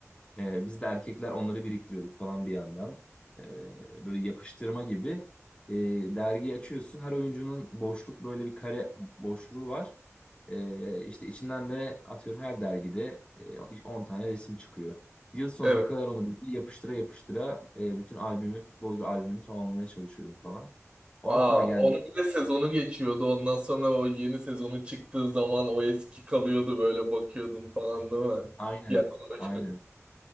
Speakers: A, on the left; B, on the right.
A: Ee, biz de erkekler onları biriktiriyorduk falan bir yandan. Ee, böyle yapıştırma gibi. Ee, dergi açıyorsun. Her oyuncunun boşluk böyle bir kare boşluğu var. Ee, işte içinden de atıyorum her dergide e, 10 tane resim çıkıyor. Yıl sonuna
B: Evet.
A: kadar onu bir yapıştıra yapıştıra e, bütün albümü, futbolcu albümünü tamamlamaya çalışıyordum falan. O
B: Aa,
A: aklıma geldi.
B: onun bir de sezonu geçiyordu. Ondan sonra o yeni sezonu çıktığı zaman o eski kalıyordu böyle bakıyordun falan değil mi?
A: Aynen.
B: Gel başlıyor.
A: Aynen.